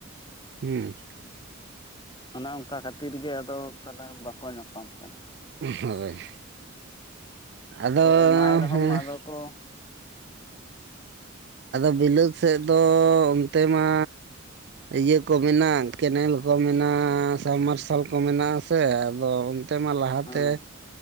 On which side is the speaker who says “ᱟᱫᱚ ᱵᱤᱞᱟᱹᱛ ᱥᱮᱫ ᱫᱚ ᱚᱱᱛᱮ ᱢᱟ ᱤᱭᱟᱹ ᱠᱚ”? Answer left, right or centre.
Right